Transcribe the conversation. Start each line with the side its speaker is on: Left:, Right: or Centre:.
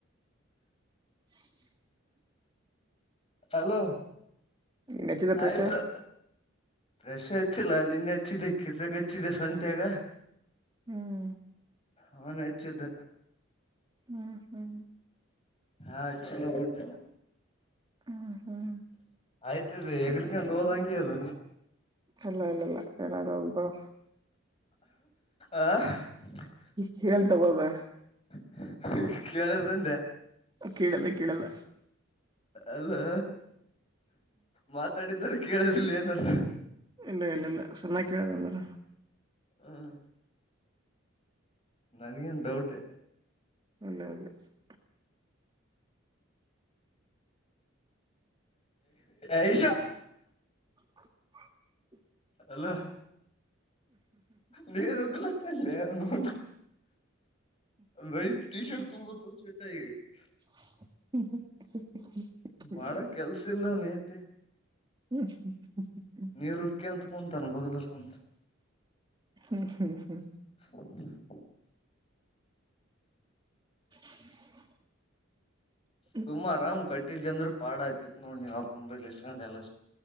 Right: <unintelligible>
Left: ಅಲೋ
Right: ನಿನ್ ಹಚ್ಚಿದ
Left: ಆಯ್ತು
Right: ಪ್ರಶ
Left: ಪ್ರಷ ಹೆಚ್ಚಿಲ್ಲ ನಿನ್ನೆ ಹೆಚ್ಚಿದ್ದೆ ಕಿರಣಗ್ ಹಚ್ಚಿದೆ ಸಂತ್ಯಾಗ
Right: ಹ್ಮ್,
Left: ಅವನೆ ಹೆಚ್ಚಿದ್ದ
Right: ಹ್ಮ್, ಹ್ಮ್
Left: ಯಾ ಹಚ್ಚಿಲ್ಲಾಬುಟ್ಟ್ಟಿಲ್ಲಾ
Right: ಹ್ಮ್ ಹ್ಮ್
Left: ಆಯ್ತ್ರೀ ಎಗರ್ಕೊಂಡ್ ಹೋದಂಗೆ ಇದ
Right: ಅಲ್ಲ ಇಲ್ಲಲ್ಲ ಯಡಾಗ ಉು <unintelligible>
Left: ಆ <inaudible>
Right: ಕೇಳ್ ತಗೋದ <unintelligible>
Left: <unintelligible> ಕೇಳದಂದೆ
Right: ಕೇಳಲ್ಲ- ಕೇಳಲ್ಲ
Left: ಅದಾ ಮಾತಾಡಿದನ ಕೇಳದಿಲ್ಲೆನಂದು.
Right: ಇಲ್ಲ ಇಲ್ಲ ಇಲ್ಲ ಚೆನ್ನಾಗಿ ಕೇಳಿದ ಅಂದ್ರ
Left: ಹ್ಮ್, ನನ್ಗೇನ್ ಡೌಟ್
Right: ಅಲ್ಲಲ್ಲ <inaudible>
Left: ಐಷಾ <unintelligible>
Right: <inaudible>
Left: ಅಲ್ಲಾ ನೀರ ಉಗ್ಗಲತ್ತ್ನ ಲೇ ಅವ್ನೌನ ನೈ ಟೀ ಶರ್ಟ್ ತುಂಬ ತೋಸತ ಈ <unintelligible>
Right: <inaudible> <unintelligible>
Left: ಮಾಡೋ ಕೆಲ್ಸ ಇಲ್ಲಾ ಲೇ <unintelligible> ನಿತಿ
Right: ಹ್ಮ್ ಹ್ಮ್ ಹ್ಮ್್ಮ್್ಮ್ <inaudible>
Left: ನೀರುಕಾಂತ ಕುಂತಾನ ಬಗಲಗಕುಂತ.
Right: ಹ್ಮ್ ಹ್ಮ್ ಹ್ಮ್ <inaudible>
Left: ಹೆ <unintelligible>
Right: <inaudible>
Left: ಸುಮ್ ಆರಾಮ್ ಕಟ್ಟಿದ್ದ್ ಅಂದ್ರೆ ಪಾಡ್ ಆಯತಿತ್ ನೋಡ್ ನೀ ಆಕ್ ಮುಂಬೈಲ್ ಇಸ್ಕೊಂಡ ಎಲ್ಲ.